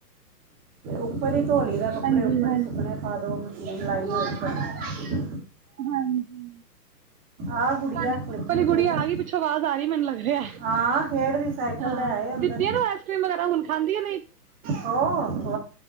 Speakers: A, on the right; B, on the right.
A: ਉਪਰ ਈ ਧੋਲੀ ਦਾ ਕੱਪੜੇ
B: ਹਾਂਜੀ
A: ਉਪਰ
B: ਹਾਂਜੀ।
A: ਈ ਸੁੱਕਣੇ ਪਾ ਦਿਓ ਮਸ਼ੀਨ ਲਾਈ ਏ ਓੱਪਰ।
B: ਹਾਂਜੀ।
A: ਆਹ ਗੁੜੀਆ
B: ਤੁਹਾਡੀ ਸੂਟ
A: ਲੱਗੀ
B: ਵਾਲੀ ਗੁੜੀਆ
A: ਖੇਡ
B: ਗਈ ਪਿੱਛੋਂ ਆਵਾਜ਼ ਆਰੀ ਮੈਨੂੰ ਲੱਗ ਰਿਐ।
A: ਹਾਂ ਖੇਡ ਦੀ ਸਾਈਕਲ
B: ਹਾਂ
A: ਲੈ ਆਏ ਅੰਦਰ
B: ਦਿੱਤੀਆਂ ਨਾ ਆਈਸ ਕ੍ਰੀਮ ਵਗੈਰਾ ਹੁਣ ਖਾਂਦੀਆ ਨੇ।
A: ਹੋ <unintelligible> <unintelligible>